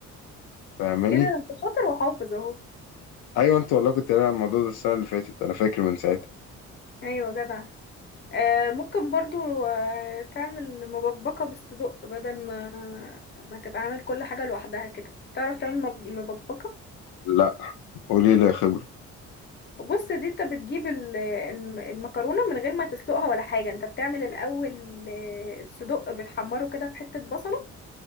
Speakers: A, on the left; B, on the left.
A: فاهماني
B: ايه ده انت شاطر وحافظ اهو
A: ايوه انت والله كنت قايل على الموضوع ده السنة اللي فاتت انا فاكر من ساعتها
B: ايوه جدع آه ممكن برضو آه تعمل مبكبكة بالصدق بدل ما ما تبقى عامل كل حاجة لوحدها كده تعرف تعمل مب- مبكبكة
A: لا قولي لي يا خبرة
B: وبص دي انت بتجيب ال- الم- المكرونة من غير ما تسلقها ولا حاجة انت بتعمل الأول آه، الصدق بتحمره كده في حتة بصلة